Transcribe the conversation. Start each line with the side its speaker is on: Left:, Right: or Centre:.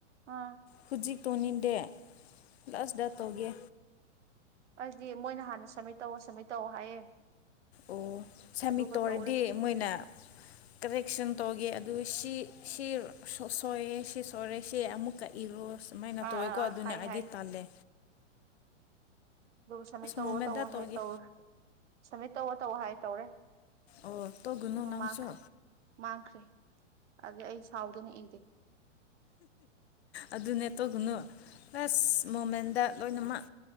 Right: ꯑꯥ
Left: ꯍꯧꯖꯤꯛ ꯇꯧꯅꯤꯡꯗꯦ ꯂꯁꯗꯇꯣꯦ
Right: ꯑꯩꯗꯤ ꯃꯣꯏꯅ ꯍꯥꯟꯅ ꯁꯞꯃꯤꯠ ꯇꯧꯑꯣ ꯁꯕꯃꯤꯠ ꯇꯧꯑꯣ ꯍꯥꯏꯌꯦ
Left: ꯑꯣ ꯁꯥꯃꯤꯠꯇꯧꯔꯗꯤ
Right: ꯑꯗꯨꯒ ꯇꯧꯔꯦ
Left: ꯃꯣꯏꯅ ꯀ ꯑꯦꯛꯁꯟ ꯇꯧꯒꯦ ꯑꯗꯨ ꯁꯤ ꯁꯤ ꯁꯣꯏꯑꯦ ꯁꯤ ꯁꯣꯏꯔꯦ ꯁꯤ ꯑꯃꯨꯛ ꯀꯛ ꯏꯔꯣ ꯁꯨꯃꯥꯏꯅ
Right: ꯑꯥ
Left: ꯇꯧꯋꯦꯀꯣ
Right: ꯑꯥ ꯑꯥ
Left: ꯑꯗꯨꯅ
Right: ꯍꯥꯏ
Left: ꯑꯩꯗꯤ
Right: ꯍꯥꯏ
Left: ꯇꯥꯜꯂꯦ
Right: ꯑꯗꯨꯝ ꯁꯕꯃꯤꯠ ꯇꯧꯔ
Left: ꯃꯣꯃꯦꯟꯗ
Right: ꯇꯧꯔ
Left: ꯇꯧꯒꯦ
Right: ꯍꯥꯏ ꯇꯧꯔꯦ ꯁꯃꯤꯠ ꯇꯧꯔ ꯇꯧꯑꯣ ꯍꯥꯏ ꯇꯧꯔꯦ
Left: ꯑꯣ ꯇꯧꯒꯅꯨ
Right: ꯑꯗꯨ
Left: ꯅꯪꯁꯨ
Right: ꯃꯥꯡꯈ꯭ꯔꯦ ꯃꯥꯡꯈ꯭ꯔꯦ ꯑꯗꯨꯦ ꯑꯩ ꯁꯥꯎꯗꯅ ꯏꯦ
Left: ꯑꯗꯨꯅꯦ ꯇꯧꯒꯅꯨ ꯂꯁ ꯃꯣꯃꯦꯟꯗ ꯂꯣꯏꯅꯃꯛ